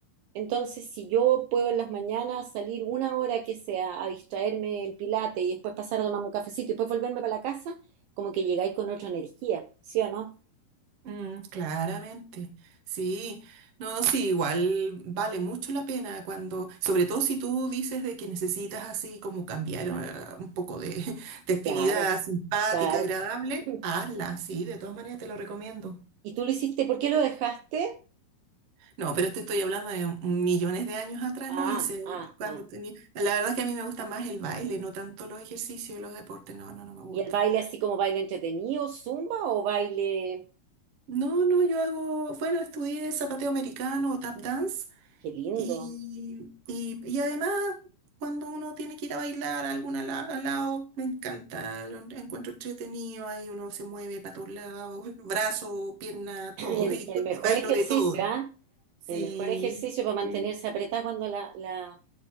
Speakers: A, on the right (about 75°); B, on the right (about 60°).
A: Entonces, si yo puedo en las mañanas salir una hora que sea a distraerme en Pilates y después pasar a tomarme un cafecito y después volverme para la casa, como que llegáis con otra energía, ¿sí o no?
B: mm, claramente. Sí, no, sí, igual vale mucho la pena cuando, sobre todo si tú dices de que necesitas así como cambiar eh, un poco de, <laughs> de actividad
A: Claro,
B: simpática,
A: claro.
B: agradable,
A: <clears throat>
B: hazla, sí, de todas maneras te lo recomiendo.
A: ¿Y tú lo hiciste? ¿Por qué lo dejaste?
B: No, pero te estoy hablando de millones de años atrás
A: Ah,
B: lo hice
A: ah,
B: cuando
A: ah.
B: tenía. La verdad es que a mí me gusta más el baile, no tanto los ejercicios, y los deportes. No, no, no me gusta.
A: ¿Y el baile así como baile entretenido, zumba o baile?
B: No, no, yo hago, bueno, estudié zapateo americano o tap dance
A: Qué lindo.
B: y, y, y además cuando uno tiene que ir a bailar a algún ala- al lado, me encanta, lo en- encuentro entretenido, ahí uno se mueve para todos lados, <laughs> brazo, pierna,
A: <clears throat>
B: todo,
A: El,
B: y,
A: el
B: to-
A: mejor
B: y bailo
A: ejercicio,
B: de todo.
A: ¿ah?
B: Sí,
A: El mejor ejercicio para mantenerse
B: sí.
A: apretada cuando la, la,